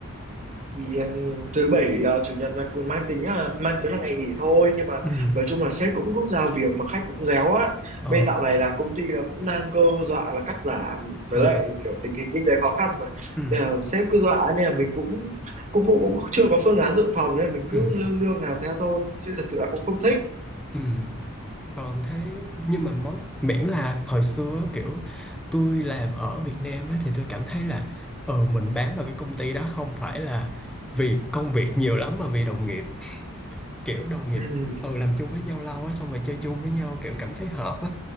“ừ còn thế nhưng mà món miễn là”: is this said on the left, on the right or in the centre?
Centre